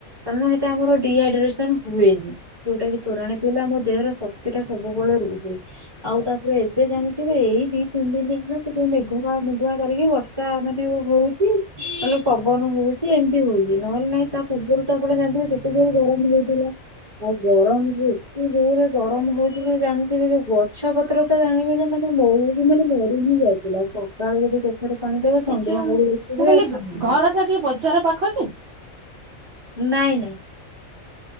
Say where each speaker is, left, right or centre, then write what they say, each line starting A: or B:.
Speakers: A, on the right (about 15°); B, on the right (about 55°).
A: କାରଣ ହେଟା ଆମର ଡିହାଇଡ୍ରେସନ ହୁଏନି ଯୋଉଟାକି ତୋରାଣି ପିଇଲେ ଆମ ଦେହର ଶକ୍ତିଟା ସବୁବେଳେ ରୁହେ। ଆଉ ତାପରେ ଏବେ ଜାଣିଥିବେ ଏଇ ଦି ତିନି ଦିନ ହେଲା ସେ ତ ମେଘୁଆ ମେଘୁଆ କରିକି ବର୍ଷି ର୍ଷା ମାନେ ହୋଉଛି ମାନେ ପବନ ହଉଛି ଏମିତି ହୋଉଛି ନହେଲେ ନାଇଁ ତାପୂର୍ବରୁ ରୁ ଆପଣ ଜାଣିଥିବେ କେତେ ଯୋରେ ଗରମ ହଉଥିଲା ଆଉ ଗରମ ଯେ ଏତେ ଜୋରେ ଗରମ ହଉ ଚି ଯେ ଜାଣିଥିବେ ଯୋଉ ଗଛ ପତ୍ର ତ ଜାଣିବେ ଯେ ମାନେ ମଉଳି ମାନେ ମରିହିଁ ଯାଇଥିଲା ସ ସକାଳେ ଯଦି ଗଛରେ ପାଣିଦେବେ ସନ୍ଧ୍ୟା
B: ଏ ଯୋଉ
A: ବେଳେକୁ ଦେଖିବେ
B: ମୁଁ କହିଲି
A: ଆଉ ପାଣି
B: ଘର ଟା ଟିକେ ବଜାର ପାଖକି?
A: ନାଇଁ ନାଇଁ।